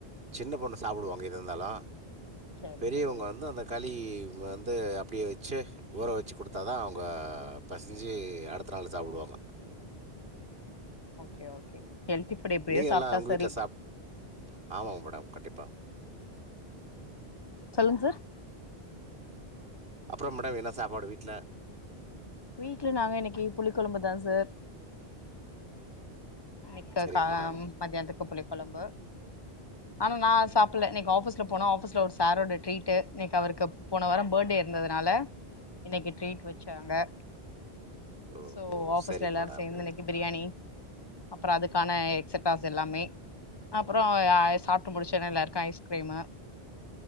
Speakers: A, on the right; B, on the left.
A: சின்ன பொண்ணு சாப்பிடுவாங்க எதா இருந்தாலு
B: சரி
A: பெரியவங்க
B: சரி
A: வந்து அந்த கல் இ வந்து அப்டியே வச்சு ஊற வச்சு குடுத்தா தா அவுங்க பெசஞ்சு அடுத்த நாள் என்ன சாப்டுவாங்க
B: ஹெல்து எப்டி இருக்கு
A: நீங்கள்
B: சாப்ட்டா
A: எல்லாம் உங்கள்
B: செரி
A: வீட்டில் சாப் ஆமாங்க மேடம் கண்டிப்பா
B: சொல்லுங் சார்
A: அப்புறம் மேடம் என்ன சாப்பாடு வீட்ல
B: வீட்ல நாங்க இன்னைக்கு புளி கொழம்புதா சார் இன்னுக்கு
A: சரிங்க
B: கா
A: மேடம்
B: அம் மத்தியானத்துக்கு புளி கொழம்பு ஆனா நா சாப்பிடல நீங் ஆஃபீஸ்ல போனா ஆஃபீஸ்ல ஒரு சாரோட ட்ரீட்டு இன்னைக்கு அவருக்கு போன வாரோ பேட்டே இருந்ததுனால இன்னைக்கு ட்ரீட் வச்சாங்க
A: ஓஹோ
B: சோ ஆஃபீஸ்ல
A: சரிங்க
B: எல்லாரு
A: மேடம்
B: சேர்ந்து
A: என்
B: இன்னைக்கு பிரியாணி அப்பறோ அதுக்கான எக்சட்ராஸ் எல்லாமே உ ஆ சாப்ட்டு முடிச்சுன்னே எல்லாருக்கு ஐஸ்கிரீமு